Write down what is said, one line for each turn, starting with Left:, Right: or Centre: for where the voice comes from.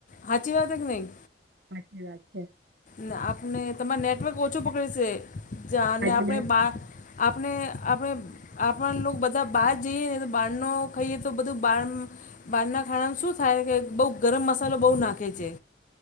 Left: હાચી વાત હે કે નહી
Right: સાચી વાત છે.
Left: ને આપને તમાર નેટવર્ક ઓછું પકડે સે જા અને
Right: આજે
Left: આપણે બા આપણે આપે આપણ નું બધા બહાર જઈએ ને બહાર નો ખઈએ તો બધું બાર બહારના ખાણામાં શું થાય કે બઉ ગરમ મસાલો બહુ નાખે છે.